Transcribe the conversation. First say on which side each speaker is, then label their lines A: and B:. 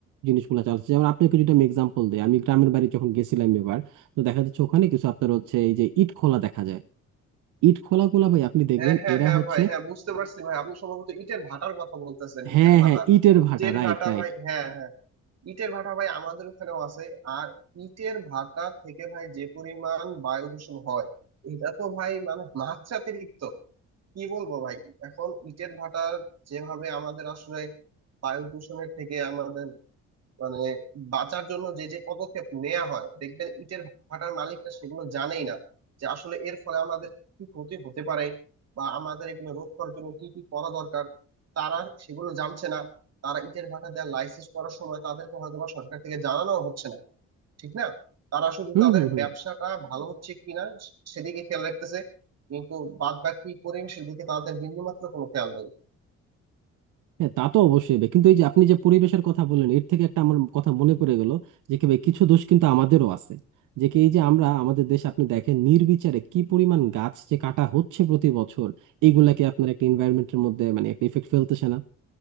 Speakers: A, on the right; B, on the right.
A: জিনিসগুলো চালাচ্ছে যেমন আপনাকে যদি আমি এক্সাম্পল দিই আমি গ্রামের বাড়ি যখন গেছিলাম এবার তো দেখা যাচ্ছে ওখানে কিছু আপনার হচ্ছে এই যে ইট খোলা দেখা যায় ইট খোলা গুলা ভাই আপনি দেখবেন
B: হ্যাঁ হ্যাঁ
A: এরা
B: হ্যাঁ
A: হচ্ছে
B: ভাই হ্যাঁ বুঝতে পারছি ভাই আপনি সম্ভবত ইটের ভাটার কথা বলতেছেন
A: হ্যাঁ
B: ইটের ভাটা
A: হ্যাঁ ইটের ভাটা
B: ইটের
A: রাইট
B: ভাটা
A: রাইট
B: ভাই হ্যাঁ হ্যাঁ ইটের ভাটা ভাই আমাদের ওখানেও আছে আর ইটের ভাটা থেকে ভাই যে পরিমাণ বায়ু দূষণ হয় এটা তো ভাই মানে মাত্রাতিরিক্ত কি বলবো ভাই এখন ইটের ভাটা যেভাবে আমাদের আসলে বায়ু দূষণের থেকে আমাদের মানে বাঁচার জন্য যে যে পদক্ষেপ নেওয়া হয় দেখবেন ইটের ভাটার মালিকরা সেগুলো জানেই না যে আসলে এর ফলে আমাদের কি ক্ষতি হতে পারে বা আমাদের এগুলো রোধ করার জন্য কি কি করা দরকার তারা সেগুলো জানছে না তারা ইটের ভাটা দেওয়ার লাইসেন্স করার সময় তাদেরকে হয়তো বা সরকার থেকে জানানো হচ্ছে না ঠিক না তারা শুধু
A: হুম
B: তাদের
A: হুম হুম
B: ব্যবসাটা ভালো হচ্ছে কিনা সেদিকে খেয়াল রাখতেছে কিন্তু বাদ বাকি পরিবেশের দিকে তাদের বিন্দুমাত্র কোনো খেয়াল নেই
A: হ্যাঁ তা তো অবশ্যই হবে। কিন্তু এই যে আপনি যে পরিবেশের কথা বললেন এর থেকে একটা আমার কথা মনে পড়ে গেল যে কি ভাই কিছু দোষ কিন্তু আমাদেরও আছে যে কি এই যে আমরা আমাদের দেশে আপনি দেখেন নির্বিচারে কি পরিমাণ গাছ যে কাটা হচ্ছে প্রতি বছর এগুলাকে আপনার একটা এনভায়রনমেন্টের মধ্যে মানে একটা ইফেক্ট ফেলতেছে না